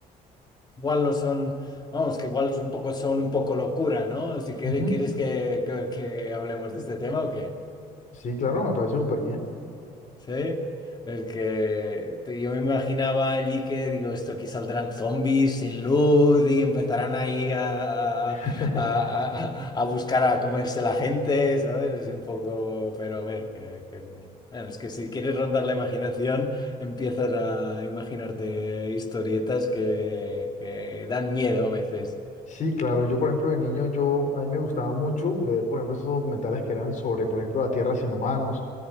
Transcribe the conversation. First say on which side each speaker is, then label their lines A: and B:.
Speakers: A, on the left; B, on the left.
A: igual no son, vamos, que igual son un poco, son un poco locura, ¿no? Si quieres,
B: ujú.
A: ¿quieres que, que- que hablemos de este tema o qué?
B: Sí, claro, me parece súper bien.
A: Sí, es que te- yo me imaginaba allí que, digo, esto aquí saldrán zombies sin luz y empezarán ahí a,
B: <laughs>
A: a, a- a- a buscar a comerse la gente, ¿sabes? Es un poco, pero a ver, que, que- bueno, es que si quieres rondar la imaginación, empiezas a imaginarte historietas que, que dan miedo a veces.
B: Sí, claro. Yo, por ejemplo, de niño, yo, a mí me gustaba mucho ver, por ejemplo, esos documentales que eran sobre, por ejemplo, la Tierra sin humanos